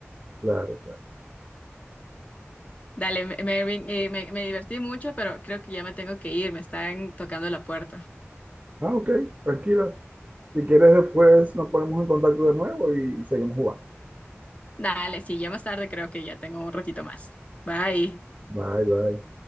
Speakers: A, on the right (about 30°); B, on the left (about 30°).
A: Claro, claro.
B: Dale, M- Mervin, eh, me, me divertí mucho, pero creo que ya me tengo que ir, me están tocando la puerta.
A: Ah, ok, tranquila. Si quieres, después nos ponemos en contacto de nuevo y y seguimos jugando.
B: Dale, sí, ya más tarde creo que ya tengo un ratito más. Bye.
A: Bye, bye.